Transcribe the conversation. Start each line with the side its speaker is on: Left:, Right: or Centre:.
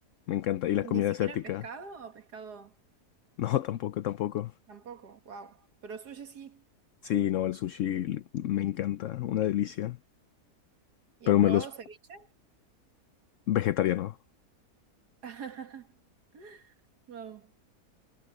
Left: Me encanta. Y la
Right: Ni
Left: comida
Right: siquiera
Left: asiática.
Right: el pescado
Left: <laughs>
Right: o pescado.
Left: No, tampoco, tampoco.
Right: Tampoco, wow. Pero sushi sí.
Left: Sí, no, el sushi me encanta, una delicia,
Right: ¿Y
Left: pero
Right: has probado
Left: me los
Right: ceviche?
Left: vegetariano.
Right: <laughs> Wow,